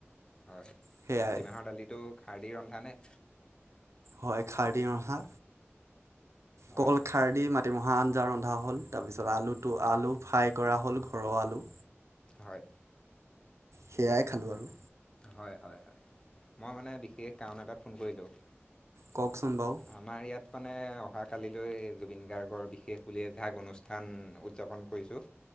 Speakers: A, on the left (about 20°); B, on the right (about 85°).
A: হয়
B: সেয়াই
A: মাটিমাহৰ দালিতটো খাৰ দি ৰন্ধা নে
B: হয় খাৰদি ৰন্ধা
A: হয়
B: কল খাৰ দি মাতি মিতিমাহা আঞ্জা ৰন্ধা হ'ল তাৰপিছত আলুটো আলু ফ্ৰাই কৰা হ'ল ঘৰৰ আলু
A: হয়
B: সেইয়াই খালো আৰু
A: হয় হয় হয় মই মানে বিশেষ কাৰণ এটাত ফোন কৰিলোঁ
B: কওকচোন বাৰু
A: আমাৰ ইয়াত মানে অহাকালিলৈ জুবিন গাৰ্গৰ বিশেষ বুলি অভ্যাস অনুষ্ঠান উদযাপন কৰিছোঁ